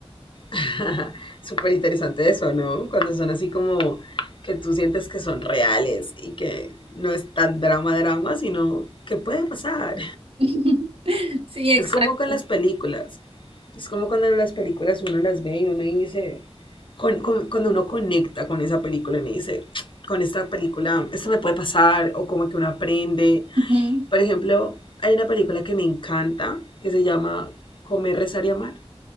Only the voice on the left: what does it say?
<laughs> Súper interesante eso, ¿no? Cuando son así como que tú sientes que son reales y que no es tan drama drama, sino que puede pasar.
Es como con las películas. Es como cuando las películas uno las ve y uno dice, con, con, cuando uno conecta con esa película, uno dice, con esta película, esto me puede pasar, o como que uno aprende.
Por ejemplo, hay una película que me encanta, que se llama Comer, Rezar y Amar.